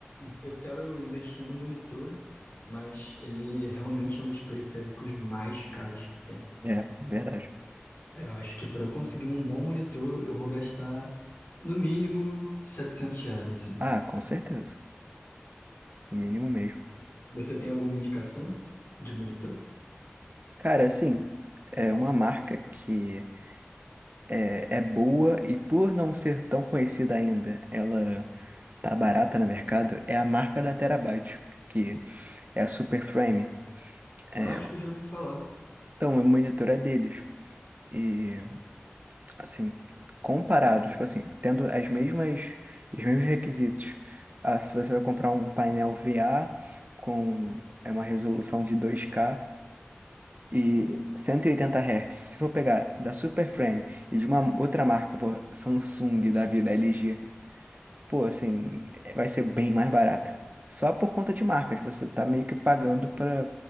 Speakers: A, on the left; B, on the right.
A: Eu quero investir no monitor, mas ele realmente é um dos periféricos mais caros que tem.
B: É, verdade.
A: É, Eu acho que para eu conseguir um bom monitor, eu vou gastar no mínimo 700 reais, assim.
B: Ah, com certeza. O mínimo mesmo.
A: Você tem alguma indicação de monitor?
B: Cara, assim, é uma marca que é, é boa e por não ser tão conhecida ainda, ela tá barata no mercado, é a marca da Terabyte, que é a Superframe. É,
A: Acho que eu já ouvi falar.
B: então, o monitor é deles. E, assim, comparado, tipo assim, tendo as mesmas, os mesmos requisitos. Ah, se você vai comprar um painel VA com é uma resolução de 2K, e 180 Hz. Se for pegar da Super Frame e de uma outra marca, pô, Samsung da vida, LG, pô, assim, vai ser bem mais barato. Só por conta de marcas, você tá meio que pagando pra,